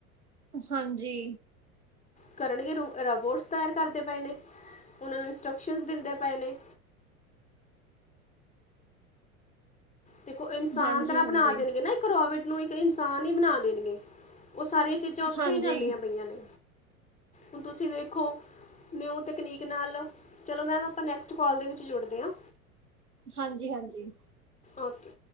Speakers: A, on the right; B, on the left.
A: ਹਾਂਜੀ
B: ਕਰਨਗੇ ਰ ਰੋਬੋਟਸ ਤਿਆਰ ਕਰਦੇ ਪਏ ਨੇ, ਓਨਾਂ ਨੂੰ ਇੰਸਟਰਕਸ਼ਨ ਦੇੰਦੇ ਪਏ ਨੇ ਦੇਖੋ, ਇਨਸਾਨ
A: ਹਾਂਜੀ-ਹਾਂਜੀ,
B: ਤਰ੍ਹਾਂ ਬਣਾ ਦੇਣਗੇ ਨਾ ਇੱਕ ਰੋਬਿਟ ਨੂੰ, ਇੱਕ ਇਨਸਾਨ ਹੀ ਬਣਾ ਦੇਣਗੇ, ਓ ਸਾਰੇ ਚੀਜਾਂ ਓਥੇ
A: ਹਾਂਜੀ,
B: ਹੀ ਜਾਂਦੀਆਂ ਪਈਆਂ ਨੇ, ਹੁਣ ਤੁਸੀਂ ਵੇਖੋ ਨਿਊ ਤਕਨੀਕ ਨਾਲ, ਚਲੋ ਮੈਮ ਅਪਾਂ ਨੈਕਸਟ ਕੋਲ ਦੇ ਵਿੱਚ ਜੁੜਦੇ ਆਂ।
A: ਹਾਂਜੀ, ਹਾਂਜੀ।
B: ਔਕੇ।